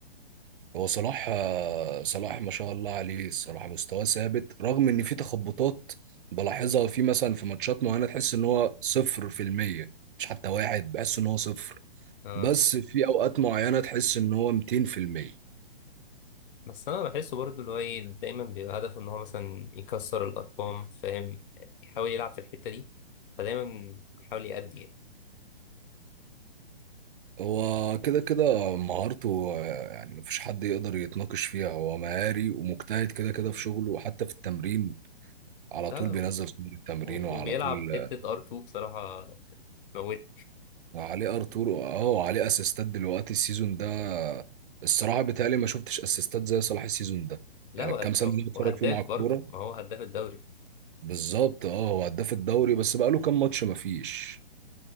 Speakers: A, on the right; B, on the left.
A: هو صلاح آه، صلاح ما شاء الله عليه الصراحه مستواه ثابت رغم ان في تخبطات بلاحظها في مثلا في ماتشات معينه تحس ان هو صفر في المية مش حتى واحد بحس ان هو صفر
B: آه.
A: بس في اوقات معينه تحس ان هو 200%
B: بس انا بحسه برضه اللي هو ايه دايما بيبقى هدفه ان هو مثلا يكسر الارقام فاهم يحاول يلعب في الحتة دي فدايما بيحاول يأدي يعني.
A: هو كده كده مهارته آه، يعني مفيش حد يقدر يتناقش فيها هو مهاري ومجتهد كده كده في شغله وحتى في التمرين على
B: لا
A: طول بينزل
B: و-
A: صور التمرين
B: وبيلعب
A: وعلى طول
B: حتة
A: آه،
B: ار2 بصراحة موت
A: وعليه ارتور اه وعليه اسيستات دلوقتي السيزون ده آه، الصراحه بيتهيألي ما شفتش اسيستات زي صلاح السيزون ده
B: لا
A: يعني
B: وهد...
A: الكام سنه اللي أنا بتفرج
B: وهداف
A: فيه مع الكوره
B: برضه ما هو هداف الدوري
A: بالظبط اه هو هداف الدوري بس بقاله كام ماتش مفيش